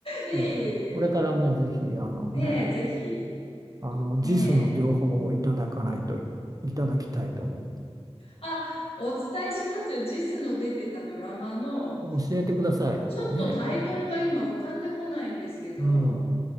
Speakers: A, on the left; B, on the right.
A: いえいえいえ。
B: ええこれからもぜひ、あのね、
A: ねえ、ぜひ。
B: あの、
A: ね
B: JIS の情報をいただかないとい、
A: え。
B: いただきたいと思い
A: あ、お伝えしますよ。JIS の出てたドラマの、
B: ます。教えてください。
A: ちょっとタイトルが今浮かんでこないんですけど、
B: ね。うん。